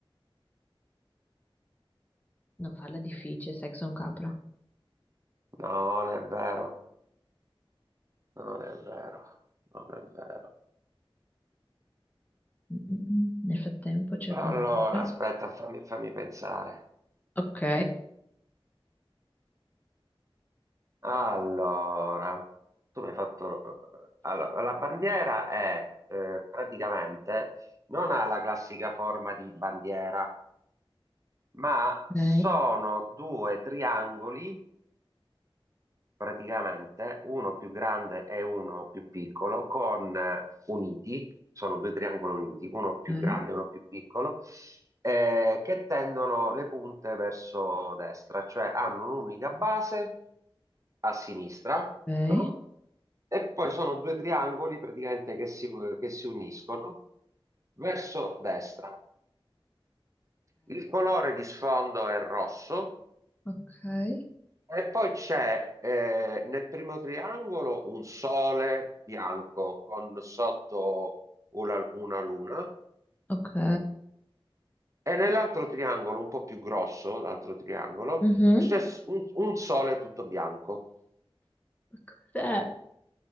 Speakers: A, on the left; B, on the right.
A: Non farla difficile, sai che sono capra.
B: No, non è vero. Non è vero, non è vero.
A: Mm, mm, mm. Nel frattempo cerco
B: Allora,
A: un... No.
B: aspetta, fammi, fammi pensare.
A: Ok.
B: Allora, tu mi hai fatto... lo- Allora, la bandiera è eh, praticamente non ha la classica forma di bandiera, ma
A: Ok.
B: sono due triangoli praticamente uno più grande e uno più piccolo, con eh, uniti, sono due triangoli uniti, uno più
A: Ok.
B: grande e uno più piccolo, eh, che tendono le punte verso destra, cioè hanno un'unica base a sinistra,
A: Ok.
B: no? E poi sono due triangoli praticamente che si, che si uniscono verso destra. Il colore di sfondo è rosso.
A: Ok.
B: E poi c'è eh, nel primo triangolo un sole bianco con sotto una, una luna
A: Ok. Ok.
B: e nell'altro triangolo, un po' più grosso, l'altro triangolo,
A: Mhm.
B: c'è s- un, un sole tutto bianco.
A: Cos'è?